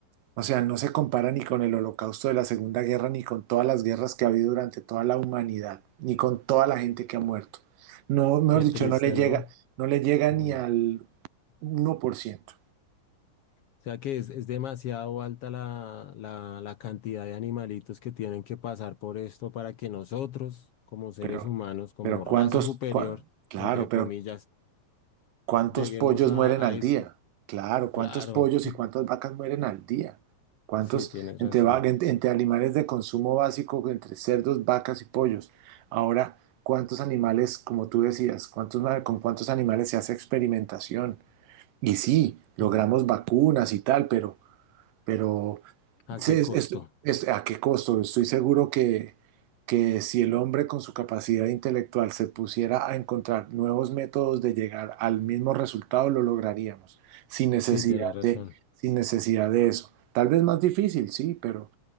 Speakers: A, on the right; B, on the left.
A: o sea, no se compara ni con el holocausto de la Segunda Guerra, ni con todas las guerras que ha habido durante toda la humanidad, ni con toda la gente que ha muerto. No, mejor
B: Qué
A: dicho,
B: triste,
A: no le llega,
B: ¿no?
A: no le llega
B: Mm.
A: ni al
B: O
A: uno por ciento.
B: sea que es, es demasiado alta la, la, la cantidad de animalitos que tienen que pasar por esto para que nosotros, como seres
A: Pero,
B: humanos, como
A: pero
B: raza
A: cuántos,
B: superior,
A: cua- claro,
B: entre comillas,
A: pero ¿Cuántos
B: lleguemos
A: pollos
B: a,
A: mueren
B: a
A: al
B: esto.
A: día? Claro, ¿cuántos
B: Claro,
A: pollos
B: <laughs>
A: y cuántas vacas mueren al día? ¿Cuántos
B: sí, tienes
A: entre,
B: razón.
A: va- en- entre animales de consumo básico, entre cerdos, vacas y pollos? Ahora, ¿cuántos animales, como tú decías, cuántos, ma- con cuántos animales se hace experimentación? Y sí, logramos
B: Mm.
A: vacunas y tal, pero, pero
B: ¿A
A: Sí,
B: qué
A: es-
B: costo?
A: es- es- ¿a qué costo? Estoy seguro que, que si el hombre con su capacidad intelectual se pusiera a encontrar nuevos métodos de llegar al mismo resultado, lo lograríamos, sin necesidad
B: Sí, tienes razón.
A: de, sin necesidad de eso. Tal vez más difícil, sí, pero,